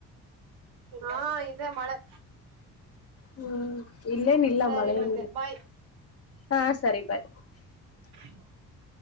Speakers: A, on the right; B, on the left.
A: ಹಾ ಇದದೆ ಮಳೆ
B: ಹ್ಮ್ ಇಲ್ಲೇನಿಲ್ಲ
A: ಸರಿ
B: ಮಳೆ
A: ಮತ್ತೆ
B: ಏನಿಲ್ಲ
A: ಬಾಯ್
B: ಹಾ ಸರಿ ಬಾಯ್ ಹ
A: <inaudible>